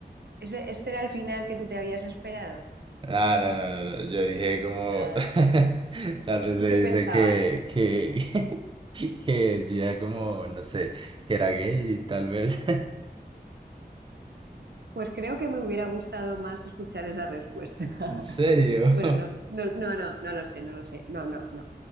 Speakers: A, on the right; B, on the right.
A: ese, este era el final que tú te habías esperado.
B: Ah, no, no, no, no. yo dije como,
A: Ah,
B: <laughs> tal vez
A: ¿tú
B: le
A: qué
B: dice
A: pensabas?
B: que, que, <laughs> que decía como, no sé, que era gay, tal vez.
A: Pues creo que me hubiera gustado más escuchar esa respuesta. <laughs>
B: ¿En serio? <laughs>
A: Bueno, no, no, no, no, no lo sé, no lo sé. No, no, no.